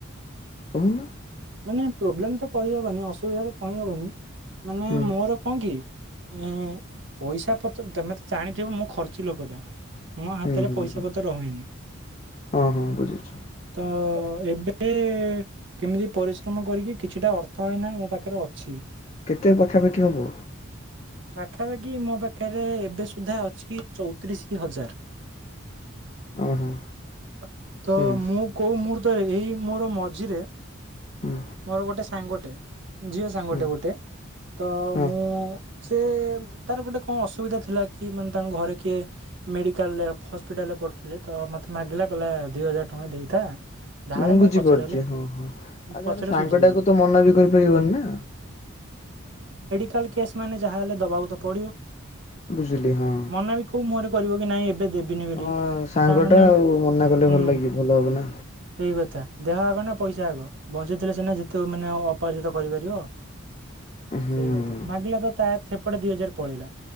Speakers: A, on the left; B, on the right.
A: କହୁନ
B: ମାନ ପ୍ରୋବ୍ଲେମ ତ। କହିହବନି ଅସୁିଧାତ କହିହବନି। ମାନେ
A: ହୁଁ
B: ମୋର କଣ କି। ଉଁ ପଇସା ପତ୍ର ତମେ ତ ଜାଣିଥିବ ମୁଁ ଖର୍ଚି ଲୋକଟା। ମୋ ହାତରେ
A: ହୁଁ ହୁଁ
B: ପଇସା
A: ହୁଁ।
B: ପତ୍ର ରହେନି
A: ହଁ ହଁ ବୁଝୁଛି
B: ତ। ତ ଏବେ କେମିତି ପରିଶ୍ରମ କରିକି କିଛିଟା ଅର୍ଥ ଏଇନା ମୋ ପାଖରେ ଅଛି।
A: କେତେ ପାଖାପାଖି ହେବ।
B: ପାଖାପାଖି ମୋ ପାଖରେ ଏବେ ସୁଦ୍ଧା ଅଛି ଚଉତିରିଶ ହଜାର।
A: ହଁ ହଁ
B: ତ
A: ହୁଁ
B: ମୁଁ କୋଉ ମୁର୍ତ୍ତ। ତରେ ଏଇ ମୋର ମଝିରେ।
A: ହୁଁ
B: ମୋର ଗୋଟେ ସାଙ୍ଗ। ଟେ। ଝିଅ ସାଙ୍ଗଟେ
A: ହୁଁ।
B: ଗୋଟେ ତ
A: ହଁ
B: ମୁଁ।
A: ହଁ।
B: ସେ ତାର ଗୋଟେ କଣ ଅସୁବିଧା ଥିଲା କି ମାନେ ତାଙ୍କ ଘରେ କିଏ। ମେଡିକାଲରେ ହସ୍ପିଟାଲ ରେ ପଢୁଥିଲେ। ତ ମୋତେ ମାଗିଲା କହିଲେ ଦୁଇ ହଜାର ଟଙ୍କା ଦେଇଥା। ଧାରେ
A: ଉଁ
B: ମୁଁ
A: ବୁଝିପାରୁଛି
B: ପଛରେ ହେଲେ
A: ହଁ ହଁ ଆଛା
B: ପଛରେ
A: ଆରେ ସାଙ୍ଗ
B: ସୁଝିଦେବି
A: ଟାକୁ ତ ମନା ବି କରିପାରିବନି ନା।
B: କଲ କେସ ମାନେ ଯାହାହେଲେ ଦବାକୁ ତ ପଡିବ।
A: ବୁଝିଲି ହଁ।
B: ମନା ବି କୋଉ ମୁହଁରେ କରିବ କି ନାଇଁ ଏବେ ଦେବିନି ବୋଲି
A: ହଁ ସାଙ୍ଗଟା
B: ତାମାନୋନ
A: ଆଉ ମନା କଲେ
B: ହୁଁ
A: ଭଲ ଲାଗିବ ଭଲ ହବ ନା
B: ସେଇ କଥା ଦେହ ନା ପଇସା ଆଗ ବଞ୍ଚେଇଥିଲେ ସନା ଯେତେ ମାନେ ଅପରାଜିତ କରିପାରିବ।
A: ହୁଁ।
B: ସେଇ କଥା ମାଗିଲ ତ ସେପଟେ ଦିଇ ହଜାର ପଳେଇଲା।